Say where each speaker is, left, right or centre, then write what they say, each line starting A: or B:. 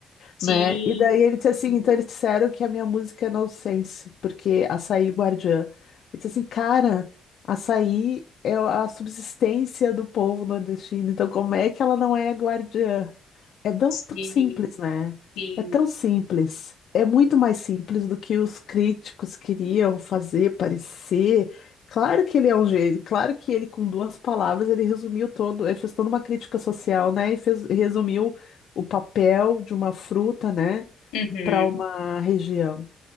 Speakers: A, on the left; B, on the left.
A: Sim.
B: né? E daí ele disse assim,
A: Uhum.
B: então eles disseram que a minha música é nonsense, porque açaí guardiã. Ele disse assim, cara, açaí é a subsistência do povo nordestino, então como é que ela não é guardiã? É tão, tão
A: Sim,
B: simples, né?
A: sim.
B: É tão simples. É muito
A: sim.
B: mais simples do que os críticos queriam fazer parecer. Claro que ele é um gênio, claro que ele, com duas palavras, ele resumiu todo, ele fez toda uma crítica social, né? E fez, resumiu o papel de uma fruta, né,
A: Uhum.
B: para uma região.